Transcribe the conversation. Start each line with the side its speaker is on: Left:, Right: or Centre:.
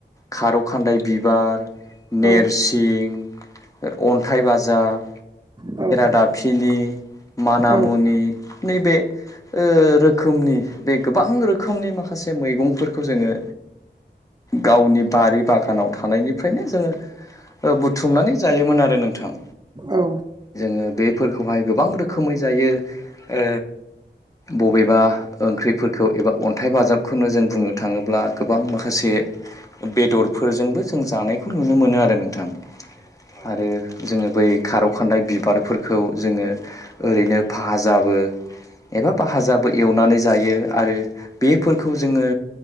Left: खारौ खान्दाय बिबार नोरसिं,
Right: औ
Left: अन्थाइ बाजाब,
Right: औ
Left: दाफिनि, मानामुनि
Right: औ
Left: नैबे ओ रोखोमनि बे गोबां रोखोमनि माखासे मैगंफोरखौ जोङो गावनि बारि बागानाव थानायनिफ्रायनो जोङो ओ बुथुमनानै जायोमोन आरो नोंथां।
Right: औ
Left: जोङो बेफोरखौहाय गोबां रोखोमै जायो ओ बबेबा ओंख्रिफोरखौ एबा अन्थाइ बाजाबखौनो जों बुंनो थाङोब्ला गोबां माखा से बेदरफोरजोंबो जों जानायखौ नुनो मोनो आरो नोंथां। आरो जोङो बै खारौ खान्दाइ बिबारफोर खौ जोङो ओरैनो फाजाबो एबा भाजाबो एवनानै जायो आरो बेफोरखौ जोङो